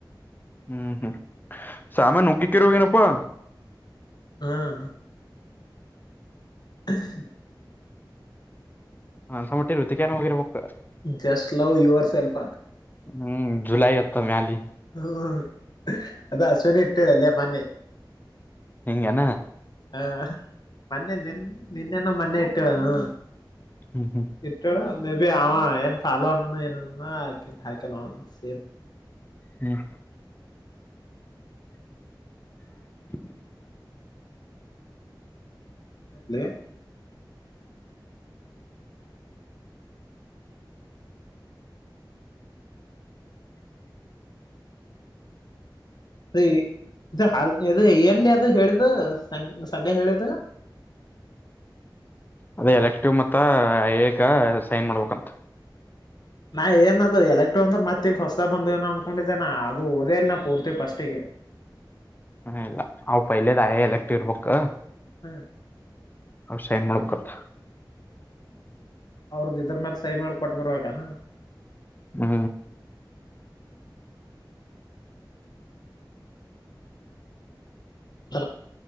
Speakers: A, on the left; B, on the left.
A: ಹ್ಮ್ ಹ್ಮ್ ಸಾಮಾನು ಉಗ್ಗಿಕಿರು ಏನಪ್ಪಾ.
B: ಹ್ಮ <inaudible>
A: ನನಗ್ ಅನ್ಸಿದ ಮಟ್ಟಿಗೆ ರುತಿಕನ ಹೋಗಿರ್ಬೇಕು. <unintelligible>
B: Just love your self.
A: Hmm July ಹತ್ತರ ಮ್ಯಾಲೆ
B: ಹ್ಮ್ ಅದ್ ಆಶೀವ್ನಿ ಅಕ್ಕ ಹೇಳ್ಯಾಳ್ ಮಾರ್ನಿಂಗ್ ಮೊನ್ನೆ
A: ಹಿಂಗೆನಾ.
B: ಹಾ ಮೊನ್ನೆ ನಿನ್ ನಿನ್ನೆನೋ ಮೊನ್ನೆ ಇಟ್ಟಳ ಹ್ಮು
A: ಹ್ಮ್ ಹ್ಮ್
B: ಇಟ್ಟಳ್ಳು ಮೇಬಿ ಅವ ಏನ್ ಫಾಲೋ ಅದನು ಏನ ಅದನ <unintelligible> ನೋ ಸೇಮ್
A: ಹ್ಮ್ <inaudible>
B: ಲೆ <unintelligible> ಎಲ್ಲಿ ಅದು ಹೇಳಿದು ಸಂಡೆ ಹೇಳಿದ್ದು.
A: ಅದೇ ಎಲೆಕ್ಟಿವ್ ಮತ್ತ ಐಎ ಕ ಸೈನ್ ಮಾಡ್ಬೇಕಂತ.
B: ನಾ ಏನ ಅದು ಎಲೆಕ್ಟ ಮತ್ತ್ ಈಗ ಹೊಸದಾಗಿ ಬಂದು ಏನೋ ಅಂದ್ಕೊಂಡಿದ್ದೆ ನ ಅದು ಓದೇ ಇಲ್ಲ ನ ಪೂರ್ತಿ ಫಸ್ಟಿಗೆ.
A: ಹ ಇಲ್ಲ ಅವ್ ಪಹಿಲೆ ಐ ಎ <unintelligible> ಇರ್ಬೇಕ್.
B: ಹ್ಮ್
A: ಅವು ಸೈನ್ ಮಾಡ್ಬೇಕತ್ತ.
B: ಅವ್ರದ್ದು ಇದ್ರ ಮೇಲೆ ಸಹ ಮಾಡಿ ಕೊಟ್ಟು ಬರಬೇಕೇನೋ.
A: ಹ್ಮ್
B: <unintelligible>